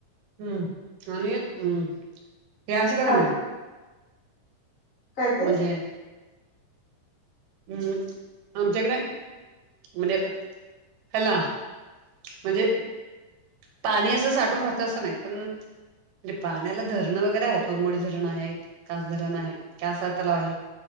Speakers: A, on the right; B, on the left.
A: हम्म आणि हम् हे असल
B: खूप
A: का
B: हाल
A: नाही
B: काय
A: म्हणजे
B: ते
A: आम् आमच्याकडे म्हणजे ह्याला म्हणजे पाणी असं साठून राहतं असं नाही पणे पाण्याला धरणं वगैरे आहे त उरमडी धरणं आहे. कास धरण आहे कास तलाव आहे.